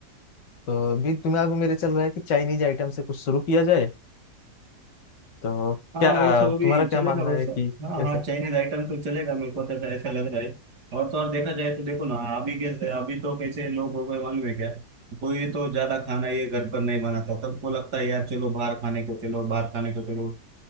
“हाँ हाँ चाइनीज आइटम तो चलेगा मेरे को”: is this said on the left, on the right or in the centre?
Right